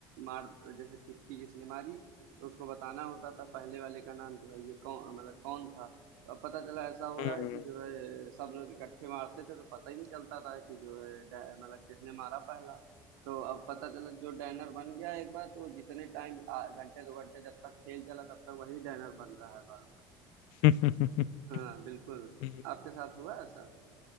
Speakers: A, on the right (about 80°); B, on the left (about 75°).
A: मार जैसे टिप्पी जिसने मारी तो उसको बताना होता था पहले वाले का नाम कि भाई ये कौन मतलब कौन था तो अब पता चला ऐसा हो
B: हम्म
A: रहा है कि जो है सब लोग इकट्ठे मारते थे तो पता ही नहीं चलता था कि जो है डा- मतलब किसने मारा पहला तो अब पता चला जो डैनर बन गया एक बार तो वो जितने टाइम घंटे दो घंटे जब तक खेल चला तब तक वही डैनर बन रहा है बार बार
B: <laughs>
A: हाँ बिल्कुल
B: हम्म,
A: आपके साथ हुआ है ऐसा